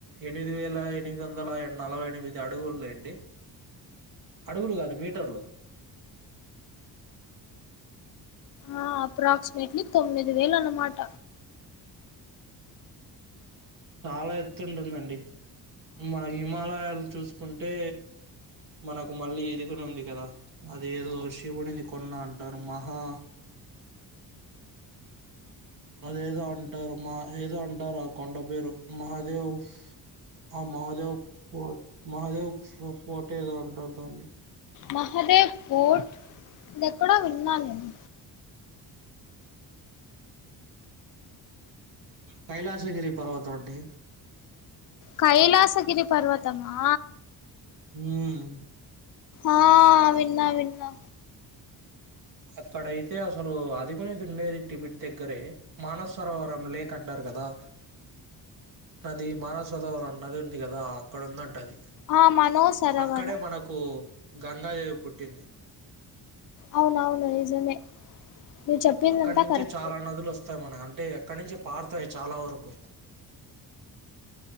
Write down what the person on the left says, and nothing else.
ఆ అప్రాక్సిమేట్లీ తొమ్మిది వేలు అన్నమాట
మహదేవ్ ఫూర్ ఇది ఎక్కడో విన్నా నేను
కైలాసగిరి పర్వతమా
ఆ విన్నా విన్నా
ఆ మనో సరవరం
అవునవును నిజమే నువ్వు చెప్పిందంతా
కరెక్టే